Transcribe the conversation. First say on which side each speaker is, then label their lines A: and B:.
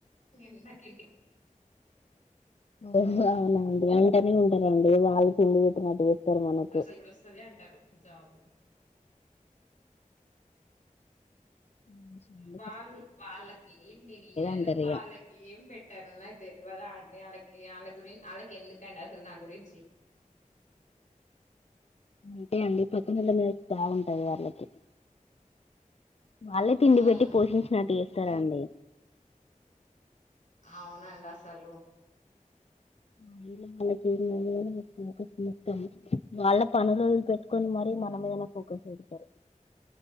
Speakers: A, on the left; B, on the left.
A: నిన్న ఒక ఇంట్లో
B: అవునా అండి అంటనే ఉంటరండి వాళ్ళే తిండి పెట్టినట్టు చేస్తారు మనకు
A: అసలు ఎప్పుడు వస్తుది అంటారు జాబు
B: ని
A: వాళ్ళు వాళ్ళకి ఏం నేను ఇయ్యను
B: అంటారు
A: వాళ్ళకి
B: ఇగ
A: ఏం పెట్టను నాకు తెలివదా అండి వాళ్ళకి ఆళ్ళ గురి ఆళ్ళకి ఎందుకండి అసలు నా గురించి
B: ఉంటే అండి పక్కనోల మీద బాగుంటాయి వాళ్ళకి వాళ్ళే తిండి
A: ఉమ్
B: పెట్టి పోషించినట్టు చేస్తారండి
A: అవునండి అసలు
B: అందులో వాళ్ళకి <unintelligible> వాళ్ళ పనులు వదులు పెట్టుకొని మరి మన మీదనే ఫోకస్ చేస్తరు